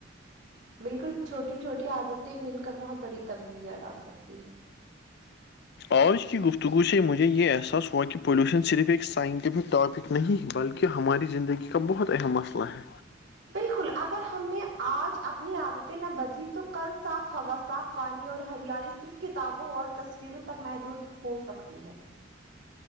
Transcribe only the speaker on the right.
بالکل چھوٹی چھوٹی عادتیں مل کر بہت بڑی تبدیلیاں لا سکتی ہیں
بالکل اگر ہم نے آج اپنی عادتیں نہ بدلی تو کل صاف ہوا صاف پانی اور ہریالی صرف کتابوں اور تصویر تک محدود ہو سکتی ہے